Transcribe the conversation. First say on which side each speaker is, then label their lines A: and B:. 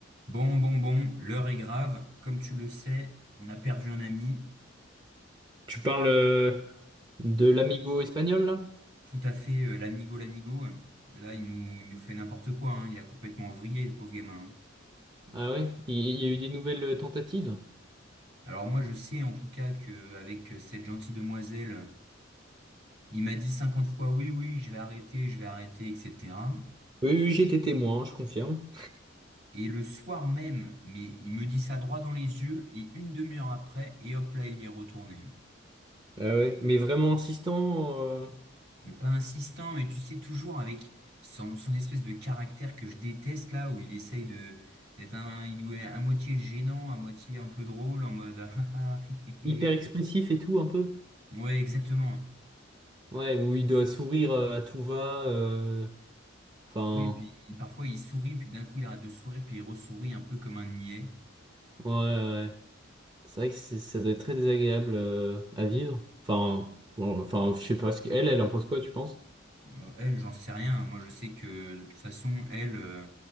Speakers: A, on the right; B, on the right.
A: Bon, bon, bon, l'heure est grave. Comme tu le sais, on a perdu un ami,
B: Tu parles euh, de l'amigo espagnol, là?
A: tout à fait euh, l'amigo, l'amigo. Là, il nous, il nous fait n'importe quoi, hein. Il a complètement vrillé, le pauvre gamin.
B: Ah ouais? Il il y a eu des nouvelles tentatives?
A: Alors moi, je sais en tout cas que avec euh, cette gentille demoiselle, il m'a dit 50 fois oui, oui, je vais arrêter, je vais arrêter, etc.
B: Oui, oui, j'étais témoin, je confirme.
A: Et le soir même, mais il me dit ça droit dans les yeux, et une demi-heure après, et hop là, il y est retourné.
B: Ah ouais? Mais vraiment insistant, euh,
A: mais pas insistant, mais tu sais, toujours avec son, son espèce de caractère que je déteste là, où il essaye de d'être un, il ou elle à moitié gênant, à moitié un peu drôle, en mode <laughs> ah, ah, hé,
B: hyper
A: hé,
B: expressif et tout, un peu.
A: hé. Ouais, exactement.
B: Ouais, où il doit sourire euh, à tout va. euh, Enfin,
A: Oui, puis parfois il sourit, puis d'un coup il arrête de sourire, puis il ressourit un peu comme un niais.
B: ouais, ouais. ouais. C'est vrai que c'est- ça doit être très désagréable euh, à vivre. Enfin, pour- enfin, je sais pas ce qu'elle, elle impose quoi, tu penses?
A: Euh, Elle, j'en sais rien. hein. Moi, je sais que de toute façon, elle, euh,